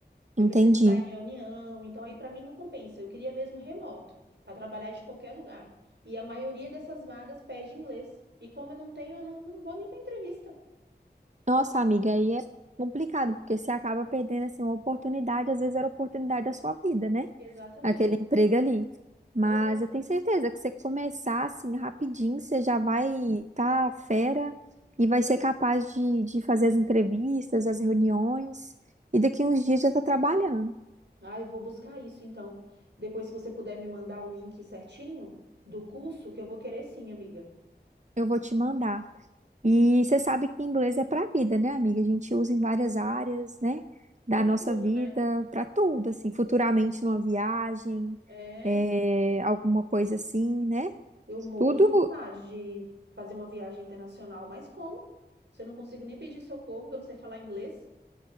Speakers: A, on the right (about 80°); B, on the right (about 45°).
A: Eu
B: Entendi.
A: preciso estar em reunião, então aí para mim não compensa. Eu queria mesmo remoto, para trabalhar de qualquer lugar. E a maioria dessas vagas pede inglês. E como eu não tenho, eu não, não vou nem para entrevista.
B: Nossa, amiga, aí é complicado, porque você acaba perdendo assim uma oportunidade, às vezes era a oportunidade da sua vida, né?
A: Exatamente.
B: Aquele emprego ali. Mas
A: Pois é.
B: eu tenho certeza que você começar assim rapidinho, você já vai estar fera e vai ser capaz de, de fazer as entrevistas, as reuniões, e daqui uns dias já tá trabalhando.
A: Ah, eu vou buscar isso então. Depois, se você puder me mandar o link certinho do curso, que eu vou querer sim, amiga.
B: Eu vou te mandar. E você sabe que inglês é para a vida, né, amiga? A gente usa em várias áreas, né, da
A: Para
B: nossa
A: tudo,
B: vida,
A: né?
B: para tudo, assim, futuramente numa viagem,
A: É,
B: é, alguma coisa assim, né?
A: eu morro
B: Tudo,
A: de vontade de fazer uma viagem internacional, mas como? Se eu não consigo nem pedir socorro, que eu não sei falar inglês.